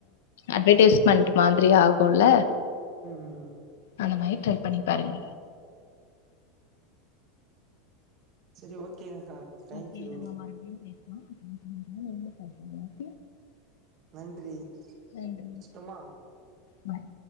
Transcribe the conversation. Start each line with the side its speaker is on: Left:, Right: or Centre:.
Left: அட்வடைஸ்மெண்ட் மாதிரி ஆகுல்ல
Right: ம்
Left: அந்த மாரி ட்ரை பண்ணி பாருங்க
Right: செரி ஓகேங்க்கா தேங்க்யூ
Left: ஓகே நம்ம மறுபடியு பேசலா <inaudible>
Right: நன்றி
Left: நன்றி
Right: வெச்சுட்டுமா
Left: பாய்